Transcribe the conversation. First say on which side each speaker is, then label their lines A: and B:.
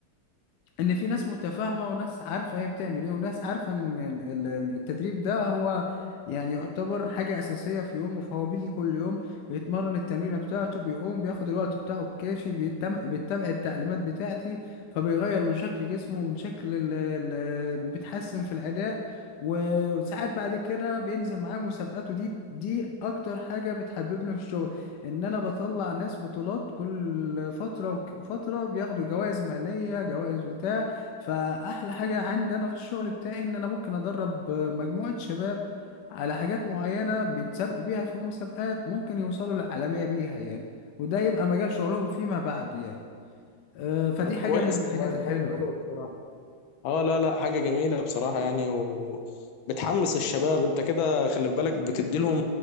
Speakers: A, on the left (about 70°); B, on the left (about 85°).
A: ان في ناس متفاهمه وناس عارفه هي بتعمل ايه وناس عارفه ان ال- ال- ال- التدريب ده هو يعني يعتبر حاجه اساسيه في يومه فهو بيجي كل يوم بيتمرن التمرينه بتاعته بيقوم بياخد الوقت بتاعه الكافي بيتم- بيتبع التعليمات بتاعتي فبيغير من شكل جسمه ومن شكل ال- ال- وبيتحسن في الاداء وساعات بعد كده بينزل معاه مسابقات ودي دي اكتر حاجه بتحببني في الشغل ان انا بطلع ناس بطولات كل فتره وك- فتره بياخدوا جوائز ماليه جوائز بتاع فاحلى حاجه عندي انا في الشغل بتاعي ان انا ممكن ادرب مجموعه شباب على حاجات معينه بيتسابقوا بيها في مسابقات ممكن يوصلوا للعالميه بيها يعني وده يبقى مجال شغلهم فيما بعد يعني أه، فدي
B: طب كويس
A: حاجه من الحاجات
B: والله دي
A: الحلوه
B: حاجة حلوة
A: يعني
B: بصراحة اه لا لا حاجة جميلة بصراحة يعني وبتحمس الشباب انت كده خلي في بالك بتديلهم